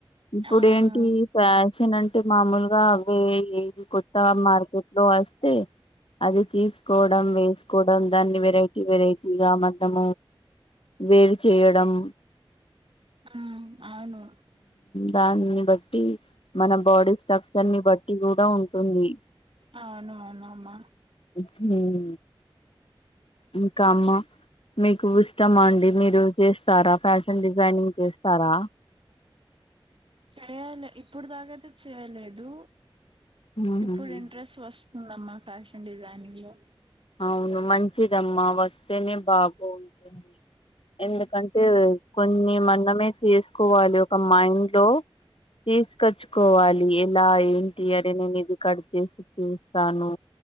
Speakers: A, on the left; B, on the right.
A: ఇప్పుడు
B: అవును
A: ఏంటి ఫ్యాషన్ అంటే మామూలుగా అవే ఏది కొత్తా మార్కెట్ లో వస్తే అది తీసుకోవడం వేసుకోవడం దాన్ని వెరైటీ వెరైటీ ఇగ మతం వేరు చేయడం
B: ఆ అవును
A: దాన్నీ బట్టి మన బాడీ స్ట్రక్చర్ ని బట్టి కూడా ఉంటుంది
B: ఆ అవును మనమ్మ
A: ఉమ్ ఇంకా అమ్మ మీకు స్ ఇష్టమా అండి మీరు చేస్తారా ఫ్యాషన్ డిజైనింగ్ చేస్తారా
B: చెయ్యాలి ఇప్పుడు దాకాతే చేయలేదు
A: మ్,
B: ఇప్పుడు ఇంట్రెస్ట్ వస్తు ఉందమ్మా ఫ్యాషన్ డిజైనింగ్ లో
A: అవును మంచిదమ్మా వస్తేనే బాగుంటుంది ఎందుకంటే కొన్ని మనమే చేసుకోవాలి ఒక మైండ్ లో తీసుకొచ్చుకోవాలి ఎలా ఏంటి అరే నేను ఇది కట్ చేస్తే చేస్తాను